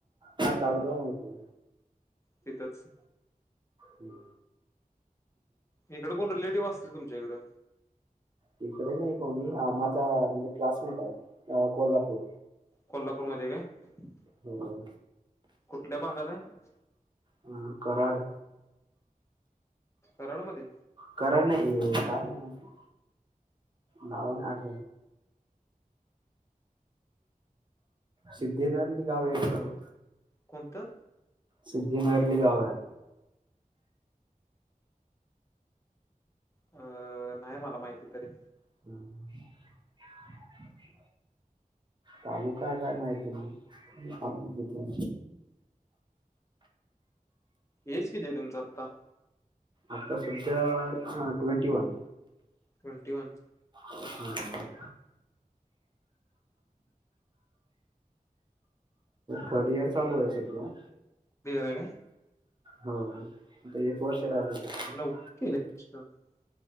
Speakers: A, on the right; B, on the left.
A: हाता उ जा य त
B: तिथंच
A: हम्
B: इकडे कोण रिलेटिव्ह असतील तुमच्याकडं
A: तिकडे नाही कोणी माझा म्हणजे क्लासमेट आहे कोल्हापूर
B: कोल्हापूरमध्येध्ये काय
A: हो
B: कुठल्या भागात आहे
A: हम् कराड
B: कराडमध्ये
A: क नाही काय नाही बाऊन आठ सिद्धिनाथली गाव आहे
B: कोणतं
A: सिद्धीनायकली गाव आहे
B: अ नाही मला माहिती तरी
A: हम तालुका काय माहिती ना
B: एज किती आहे तुमचा आत्ता
A: आता सध्या twenty one
B: twenty one
A: hmm third year चालू आहे सगळ्या
B: क्लिअर आहे काय
A: हो आता एक वर्ष राहिलं
B: न
A: फक्त